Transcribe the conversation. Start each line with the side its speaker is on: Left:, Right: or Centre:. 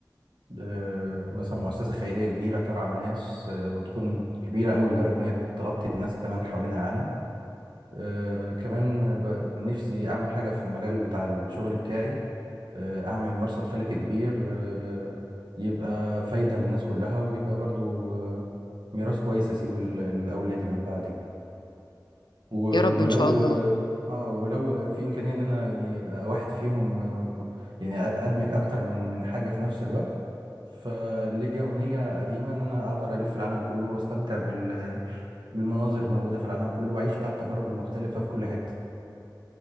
Right: آه، مثلا مؤسسة خيرية كبيرة ترعى الناس آه، وتكون كبيرة أوي لدرجة إن هي تغطي الناس كمان حوالين العالم آه، كمان ب- نفسي أعمل حاجة في المجال بتاع الشغل بتاعي آه، أعمل مرصد فلكي كبير آه، يبقى فايدة للناس كلها ويبقى برضو آه، ميراث كويس أسيبه ل- لأولادي من بعدي و-
Left: يا رب
Right: ولو
Left: ان شاء الله
Right: اه ولو في امكانيه ان انا يعني آه، واحد فيهم آه، يعني ادمج اكتر من من حاجه في نفس الوقت فليا امنيه قديمه ان انا اقدر الف العالم كله واستمتع بال بالمناظر الموجوده في العالم كله واعيش بقى التجارب المختلفه في كل حته